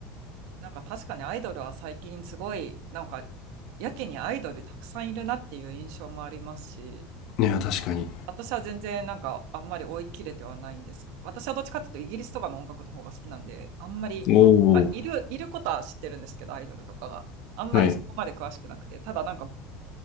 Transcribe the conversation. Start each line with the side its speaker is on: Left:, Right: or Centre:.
Right: なんか確かにアイドルは最近すごい、なんか、やけにアイドルたくさんいるなっていう印象もありますし、
Left: いや、確かに。
Right: 私は全然なんかあんまり追い切れてはないんですけど。私はどっちかっていうとイギリスとかの音楽の方が好きなんで、あんまり、
Left: おお。
Right: なんかいる、いることは知ってるんですけど、アイドルとかが。あんまりそこまで詳しくなくて、
Left: はい。
Right: ただなんか